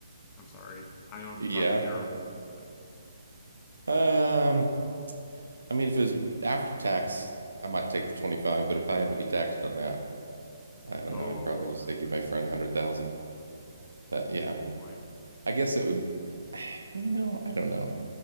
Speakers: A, on the left; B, on the right.
A: I'm sorry. I know I'm
B: Yeah.
A: probably terrible, but
B: Um, I mean, if it was after tax, I might take the 25, but if I had to be taxed on that, I don't
A: oh,
B: know. I'd probably just
A: that,
B: say give
A: that,
B: my friend
A: that-
B: 100,000. But yeah,
A: that's a good point.
B: I guess it would, <sighs> you know, I don't know.